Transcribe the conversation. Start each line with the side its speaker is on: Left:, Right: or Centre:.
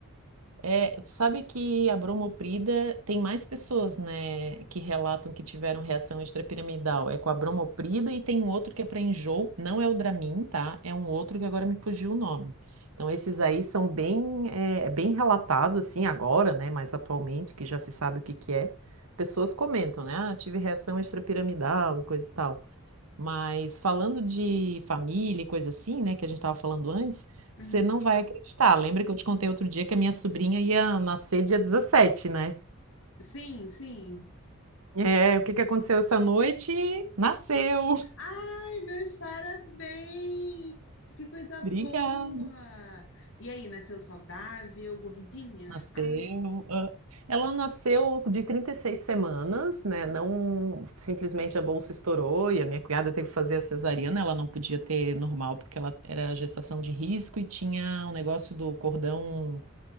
Right: É, tu sabe que a bromoprida tem mais pessoas, né, que relatam que tiveram reação extrapiramidal. É com a bromoprida e tem um outro que é para enjoo, não é o Dramin, tá? É um outro que agora me fugiu o nome. Então esses aí são bem, é, bem relatados assim agora, né, mais atualmente, que já se sabe o que que é. Pessoas comentam, né? Ah, tive reação extrapiramidal e coisa e tal. Mas falando de família e coisa assim, né, que a gente estava falando antes,
Left: Uhum.
Right: você não vai acreditar. Lembra que eu te contei outro dia que a minha sobrinha ia nascer dia 17, né?
Left: Sim, sim.
Right: É, o que que aconteceu essa noite? Nasceu.
Left: Ai, meus parabéns! Que coisa
Right: <laughs> Obrigada.
Left: boa! E aí, nasceu saudável, gordinha?
Right: Nasceu.
Left: Ah,
Right: Ah, Ela nasceu de 36 semanas, né? Não simplesmente a bolsa estourou e a minha cunhada teve que fazer a cesariana, ela não podia ter normal porque ela era gestação de risco e tinha um negócio do cordão